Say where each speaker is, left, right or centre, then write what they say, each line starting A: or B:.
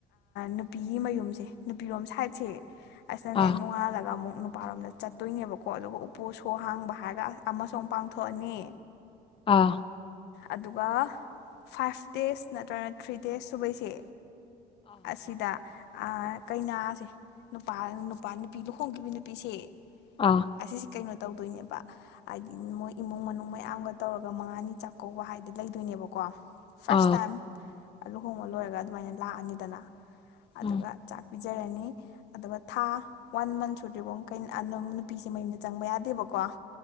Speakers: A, on the left (about 85°); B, on the left (about 30°).
A: ꯅꯨꯄꯤꯒꯤ ꯃꯌꯨꯝꯁꯦ ꯅꯨꯄꯤꯔꯣꯝ ꯁꯥꯏꯠꯁꯦ ꯑꯁꯅꯦ
B: ꯑꯥ
A: ꯅꯣꯡꯉꯥꯜꯂꯒ ꯑꯃꯨꯛ ꯅꯨꯄꯥꯔꯣꯝꯗ ꯆꯠꯇꯣꯏꯅꯦꯕꯀꯣ ꯑꯗꯨꯒ ꯎꯄꯨ ꯁꯣ ꯍꯥꯡꯕ ꯍꯥꯏꯔꯒ ꯑꯃꯁꯨ ꯑꯃꯨꯛ ꯄꯥꯡꯊꯣꯛꯑꯅꯤ
B: ꯑꯥ
A: ꯑꯗꯨꯒ ꯐꯥꯏꯚ ꯗꯦꯖ ꯅꯠꯇ꯭ꯔꯒꯅ ꯊ꯭ꯔꯤ ꯗꯦꯖ ꯁꯨꯕꯩꯁꯦ ꯑꯁꯤꯗ ꯀꯩꯅꯥꯁꯦ ꯅꯨꯄꯥ ꯅꯨꯄꯥ ꯅꯨꯄꯤ ꯂꯨꯍꯣꯡꯈꯤꯕ ꯅꯨꯄꯤꯁꯦ
B: ꯑꯥ
A: ꯑꯁꯤꯁꯤ ꯀꯩꯅꯣ ꯇꯧꯗꯣꯏꯅꯦꯕ ꯍꯥꯏꯗꯤ ꯃꯣꯏ ꯏꯃꯨꯡ ꯃꯅꯨꯡ ꯃꯌꯥꯝꯒ ꯇꯧꯔꯒ ꯃꯉꯥꯅꯤ ꯆꯥꯛꯀꯧꯕ ꯍꯥꯏꯗꯤ ꯂꯩꯗꯣꯏꯅꯦꯕꯀꯣ ꯐꯥꯔꯁ
B: ꯑꯥ
A: ꯇꯥꯏꯝ ꯂꯨꯍꯣꯡꯕ ꯂꯣꯏꯔꯒ ꯑꯗꯨꯃꯥꯏꯅ ꯂꯥꯛꯑꯅꯤꯗꯅ ꯑꯗꯨꯒ
B: ꯎꯝ
A: ꯆꯥꯛ ꯄꯤꯖꯔꯅꯤ ꯑꯗꯨꯒ ꯊꯥ ꯋꯥꯟ ꯃꯟ ꯁꯨꯗ꯭ꯔꯤꯐꯣ ꯀ ꯅꯨꯄꯤꯁꯦ ꯃꯌꯨꯝꯗ ꯆꯪꯕ ꯌꯥꯗꯦꯕꯀꯣ